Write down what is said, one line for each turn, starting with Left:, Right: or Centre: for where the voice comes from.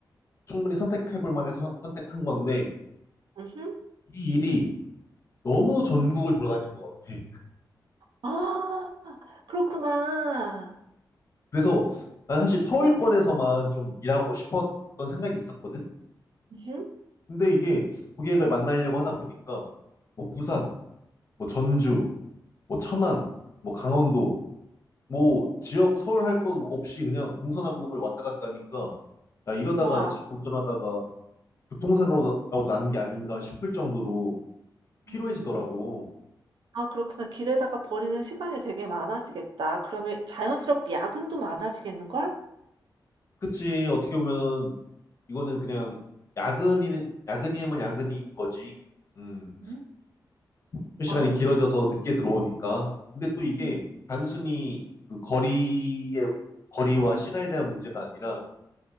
Left: 충분히 선택해볼 만해 서- 선택한 건데,
Right: 응.
Left: 이 일이 너무 전국을 돌아다니는 것 같아.
Right: 아, 그렇구나.
Left: 그래서 난 사실 서울권에서만
Right: 어,
Left: 좀 일하고 싶었던 생각이 있었거든?
Right: 응.
Left: 근데 이게 고객을 만나려고 하다 보니까, 뭐 부산, 뭐 전주, 뭐 천안, 뭐 강원도, 뭐 지역 서울 할 것 없이 그냥 동서남북을 왔다 갔다 하니까 야 이러다가
Right: 와.
Left: 차 운전하다가 교통사고라도 나는 게 아닌가 싶을 정도로 피로해지더라고.
Right: 음. 아, 그렇구나. 길에다가 버리는 시간이 되게 많아지겠다. 그러면 자연스럽게 야근도 많아지겠는걸?
Left: 그치, 어떻게 보면 이거는 그냥 야근이는 야근이면 야근인 거지. 음,
Right: 응
Left: 출근 시간이
Right: 와,
Left: 길어져서
Right: 그렇
Left: 늦게 들어오니까. 근데 또 이게
Right: 음.
Left: 단순히 그 거리의 거리와 시간에 대한 문제가 아니라